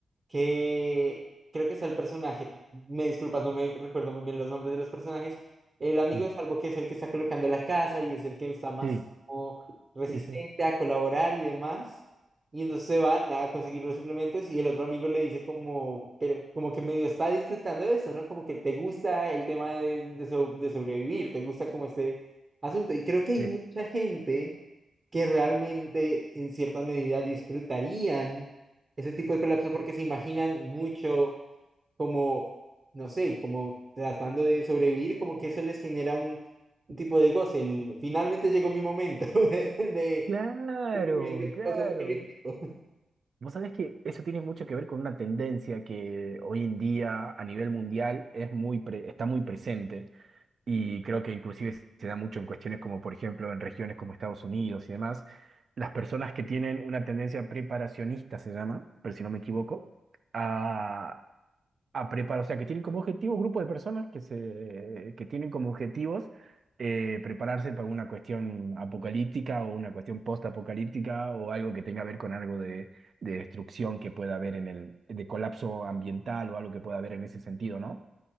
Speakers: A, on the right (about 30°); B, on the right (about 45°).
A: que creo que es el personaje, me disculpas, no me recuerdo muy bien los nombres de los personajes, el amigo
B: Sí,
A: de Salvo que es el que está colocando la casa y es el que está más
B: Sí,
A: como resistente
B: sí, sí.
A: a colaborar y demás, y entonces se van a conseguir los suplementos y el otro amigo le dice como, pero como que medio está disfrutando de eso, ¿no? Como que te gusta el tema de, de so- de sobrevivir, te gusta como ese asunto, y creo que hay
B: sí,
A: mucha gente que realmente en cierta medida disfrutarían ese tipo de colapso porque se imaginan mucho como, no sé, como tratando de sobrevivir, como que eso les genera un, un tipo de goce. el, finalmente llegó mi momento <laughs> de,
B: Claro,
A: de, de,
B: claro. Vos sabés que eso tiene mucho que ver con una tendencia que hoy en día a nivel mundial es muy pre- está muy presente. Y creo que inclusive se da mucho en cuestiones como, por ejemplo, en regiones como Estados Unidos y demás, las personas que tienen una tendencia preparacionista, se llama, pero si no me equivoco, a, a preparar, o sea, que tienen como objetivo grupos de personas que, se, que tienen como objetivos eh, prepararse para una cuestión apocalíptica o una cuestión post-apocalíptica o algo que tenga que ver con algo de, de destrucción que pueda haber en el, de colapso ambiental o algo que pueda haber en ese sentido, ¿no?